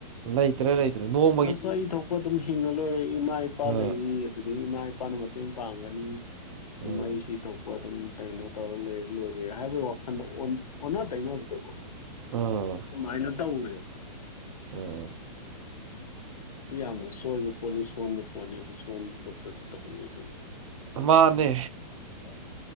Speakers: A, on the right; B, on the left.
A: ꯂꯩꯇ꯭ꯔꯦ ꯂꯩꯇ꯭ꯔꯦ ꯅꯣꯡ
B: ꯑꯁ ꯑꯩ ꯊꯣꯛꯄ ꯑꯗꯨꯝ ꯍꯤꯡꯉ ꯂꯣꯏꯔꯦ ꯏꯃꯥ ꯏꯄꯥ
A: ꯑꯥ
B: ꯂꯩꯔꯤ ꯑꯗꯨꯗꯩ ꯏꯃꯥ ꯏꯄꯥꯅ ꯃꯇꯦꯡ ꯄꯥꯡꯒꯅꯤ ꯑꯗꯨꯝ
A: ꯑꯥ
B: ꯑꯩ ꯁꯤ ꯊꯣꯛꯄ ꯑꯗꯨꯝ ꯀꯩꯅꯣ ꯇꯧꯔꯂꯦ ꯂꯣꯏꯔꯦ ꯍꯥꯏꯕꯒꯤ ꯋꯥꯈꯟꯗ ꯑꯣꯟꯅ ꯇꯩꯅꯕꯗꯀꯣ
A: ꯑꯥ
B: ꯃꯥꯏꯅꯗ ꯎꯔꯦ
A: ꯎꯝ
B: ꯁꯤ ꯌꯥꯝꯅ ꯁꯣꯏꯕ ꯄꯣꯠꯅꯤ ꯁꯣꯟꯕ ꯄꯣꯠꯅꯤ ꯑꯗꯨ ꯁꯣꯟꯕ ꯈꯣꯠꯄꯁꯤ ꯇꯧꯍꯜꯂꯣꯏꯗꯕꯅꯤ
A: ꯃꯥꯅꯦ
B: ꯎꯝ